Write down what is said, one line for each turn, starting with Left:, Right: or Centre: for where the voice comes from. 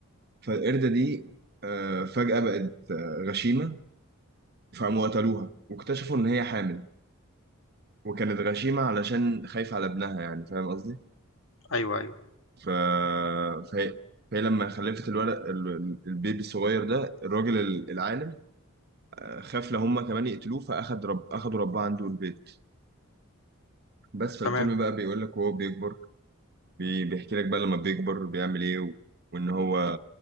Right: فالقردة دي آه، فجأة بقت آه، غشيمة فقاموا قتلوها واكتشفوا إن هي حامل وكانت غشيمة علشان خايفة على ابنها يعني فاهم قصدي؟
Left: ايوه ايوه
Right: ف... فهي... فهي لما خلفت الولد ال- ال- البيبي الصغير ده الراجل ال- العالم آه، خاف لو هما كمان يقتلوه فأخد رب... أخدوا رباه عنده البيت بس فالفيلم
Left: تمام
Right: بقى بيقول لك وهو بيكبر بي... بيحكي لك بقى لما بيكبر بيعمل إيه و... وإن هو